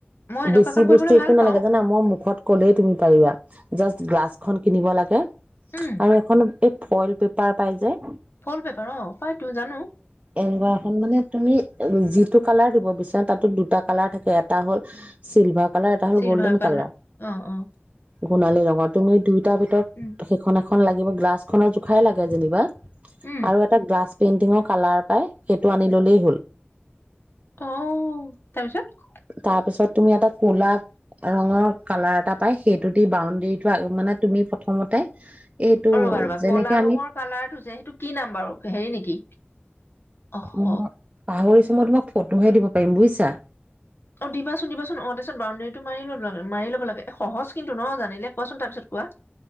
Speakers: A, on the left (about 65°); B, on the right (about 30°).
A: মই এনেকুৱা
B: বেছি
A: কাম কৰিবলৈ
B: বস্তু একো
A: ভাল
B: নালাগে
A: পাওঁ,
B: জানা মই মুখত কলেই তুমি পাৰিবা। জাষ্ট গ্লাছখন কিনিব লাগে।
A: উম,
B: আৰু এখন এই ফইল পেপাৰ পাই যায়।
A: ফল পেপাৰ অ পাই তো জানো।
B: এনেকুৱা এখন মানে তুমি যিটো কালাৰ দিব বিচাৰা তাতো দুটা কালাৰ থাকে এটা হ'ল চিলভাক কালাৰ এটা হ'ল
A: চিলভাৰ
B: গল্ডেন কালাৰ
A: অ', অ',
B: সোণালী ৰঙৰ তুমি দুইটাৰ ভিতৰত
A: উম,
B: সেইখন খন লাগিব গ্লাচ খনৰ জোখাই লাগে যেনিবা
A: উম,
B: আৰু এটা গ্লাছ পেইণ্টিঙৰ কালাৰ পাই সেইটো আনি ল'লেই হ'ল
A: অ তাৰপিছত
B: তাৰ পিছত তুমি এটা কলা ৰঙৰ কালাৰ এটা পাই সেইটো দি বাউণ্ডৰীটো মানে তুমি প্ৰথমতে এইটো
A: ৰবা-ৰ'বা
B: যেনেকে
A: কলা
B: আমি
A: ৰঙৰ কালাৰটো যে সেইটো কি নাম বাৰু হেৰি নেকি? অহ,
B: উ <unintelligible> পাহৰি মই তোমাক ফটোহে দিব পাৰিম বুজিছা।
A: অ দিবাচোন-দিবাচোন অ তাৰিছত বাউণ্ডেৰীটো মাৰি ল মাৰি লব লাগে সহজ কিন্তু ন জানিলে কোৱাচোন তাৰপিছত কোৱা।